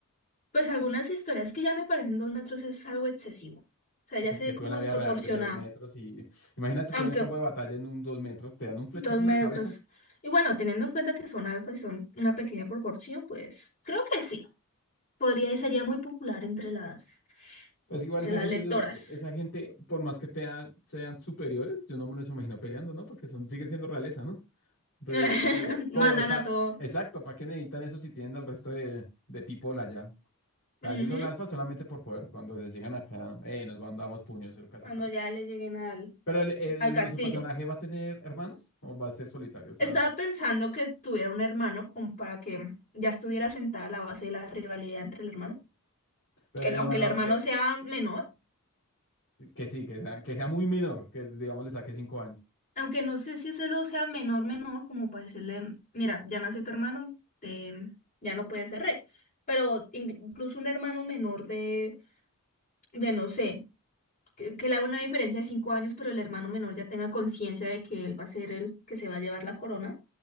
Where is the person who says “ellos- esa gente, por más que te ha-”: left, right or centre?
Left